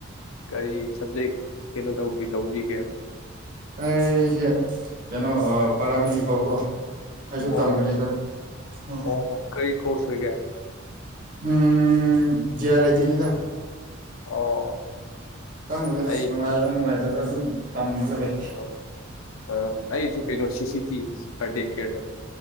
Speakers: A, on the left; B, on the right.
A: ꯀꯔꯤ ꯁꯕꯖꯦꯛ ꯀꯩꯅꯣ ꯇꯧꯕꯤ ꯂꯧꯕꯤꯒꯦ
B: ꯑꯩ ꯀꯩꯅꯣ ꯄꯔꯥꯃꯤꯂꯤ ꯀ ꯀꯣ
A: ꯑꯣ
B: ꯑꯩꯁꯨ ꯇꯝꯃꯤꯔꯤꯗ
A: ꯑꯣ ꯑꯣ
B: ꯎ
A: ꯑꯣ ꯑꯣ ꯀꯔꯤ ꯀꯣꯔꯁ ꯑꯣꯏꯒꯦ ꯑꯣ
B: ꯎꯝ ꯖꯤ ꯑꯔꯥꯏꯇꯗ
A: ꯑꯣ
B: ꯈꯪꯅꯤꯗ
A: ꯑꯩ
B: ꯅꯨꯡꯉꯥꯏꯕ꯭ꯔꯥ ꯅꯨꯡꯉꯥꯏꯖꯕ꯭ꯔꯥ ꯑꯗꯨꯝ ꯂꯩ
A: ꯑꯣ ꯑ ꯑꯩꯁꯨ ꯀꯩꯅꯣ ꯁꯤꯁꯤꯤ ꯊꯔꯗꯦ ꯀꯦꯗ ꯑꯗꯨ